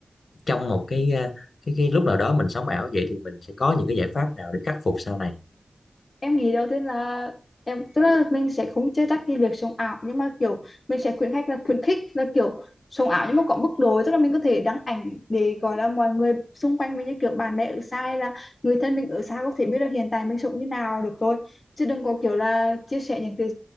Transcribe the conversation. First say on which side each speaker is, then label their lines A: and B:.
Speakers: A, on the left (about 80°); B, on the left (about 55°).
A: trong một cái à, cái cái lúc nào đó mình sống ảo vậy thì mình sẽ có những cái giải pháp nào để khắc phục sau này
B: em nghĩ đầu tiên là em tức là mình sẽ không chê trách cái việc sống ảo nhưng mà kiểu mình sẽ khuyến khích là khuyến khích là kiểu sống ảo nhưng mà có mức độ tức là mình có thể đăng ảnh để gọi là mọi người xung quanh mình như kiểu bạn bè ở xa hay là người thân mình ở xa có thể biết là hiện tại mình sống như nào được rồi chứ đừng có kiểu là chia sẻ những cái